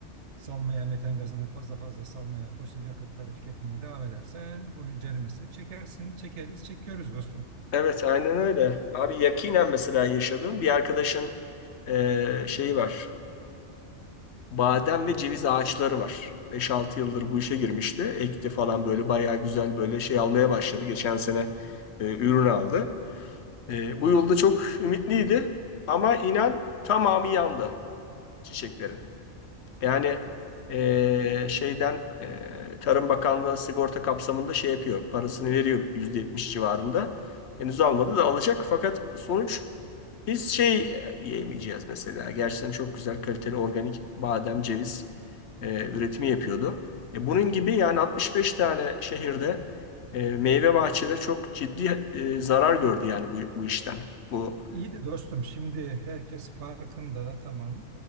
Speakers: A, on the right; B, on the left.
A: salmaya, metan gazını fazla fazla salmaya, fosil yakıtları tüketmeye devam edersen bunun ceremesini çekersin. Çekeriz, çekiyoruz dostum.
B: evet aynen öyle. Abi yakinen mesela yaşadığım bir arkadaşın e, şeyi var. Badem ve ceviz ağaçları var. Beş altı yıldır bu işe girmişti. Ekti falan böyle bayağı güzel böyle şey almaya başladı. Geçen sene e, ürün aldı. E, bu yılda çok ümitliydi ama inan tamamı yandı çiçeklerin. Yani e, şeyden e, Tarım Bakanlığı sigorta kapsamında şey yapıyor. Parasını veriyor %70 civarında. Henüz almadı da alacak fakat sonuç biz şey e, yiyemeyeceğiz mesela. Gerçekten çok güzel kaliteli organik badem, ceviz e, üretimi yapıyordu. E, bunun gibi yani 65 tane şehirde e, meyve bahçeleri çok ciddi e, zarar gördü yani bu, bu işten. Bu
A: İyi de dostum şimdi herkes farkında tamam